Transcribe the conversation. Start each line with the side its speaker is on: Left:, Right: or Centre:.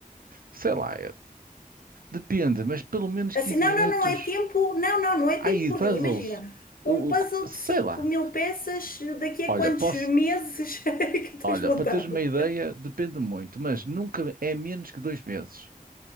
Right: Sei lá, é- depende, mas pelo menos
Left: Assim,
Right: 15
Left: não,
Right: minutos.
Left: não, não é tempo. Não, não, não é
Right: Aí,
Left: tempo por
Right: puzzles,
Left: dia. Imagina. Um
Right: o-
Left: puzzle
Right: o- sei
Left: de cinco
Right: lá.
Left: mil peças, daqui a
Right: Olha,
Left: quantos
Right: posso,
Left: meses <laughs> é que tens
Right: olha,
Left: montado?
Right: para teres uma ideia, depende muito, mas nunca é menos que dois meses.